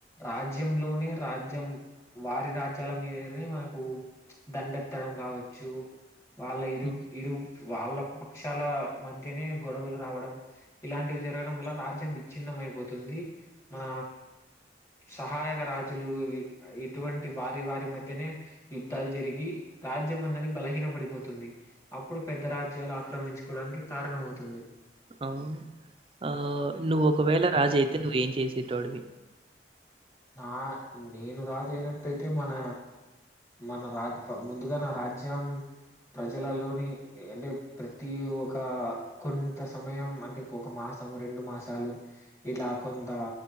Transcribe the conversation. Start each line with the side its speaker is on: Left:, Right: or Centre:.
Left: రాజ్యంలోనే రాజ్యం వారి రాజ్యాల మీదనే మనకు దండెత్తడం కావచ్చు. వాళ్ళ ఇరువ్
Right: ఉమ్.
Left: ఇరువ్ వాళ్ళ పక్షాల మధ్యనే గొడవలు రావడం. ఇలాంటివి జరగడం వల్ల రాజ్యం విచ్ఛిన్నమయిపోతుంది మన సహాయక రాజులు ఇటువంటి వారి వారి మధ్యనే యుద్ధాల్ జరిగి రాజ్యం అన్నది బలహీన పడిపోతుంది. అప్పుడు పెద్ద రాజ్యాలు ఆక్రమించుకోవడానికి కారణమవుతుంది.
Right: అవును. ఆ నువ్వొకవేళ రాజయితే నువ్వేం చేసే టోడువి.
Left: ఆ నేను రాజయినట్టయితే మన మన రాజ ముందుగా నా రాజ్యం. ప్రజలలోని అంటే ప్రతి ఒక కొంత సమయం అంటే ఒక మాస సం రెండు మాసలు ఇలా కొంత